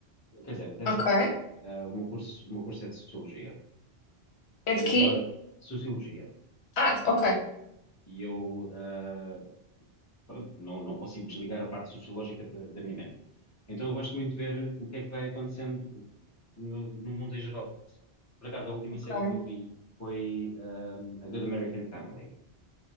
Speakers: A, on the left; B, on the left.
A: Quer dizer, até
B: ok.
A: sei porquê. Ah, o meu curso, o meu curso é de Sociologia.
B: É
A: E
B: de
A: então,
B: quê?
A: a Sociologia.
B: Ah, ok.
A: E eu, ah, pronto, não, não consigo desligar a parte sociológica da, da minha mente. Então eu gosto muito de ver o que é que vai acontecendo no, no mundo em geral. Por acaso, a última
B: ok.
A: série que eu vi foi um, A Good American Family,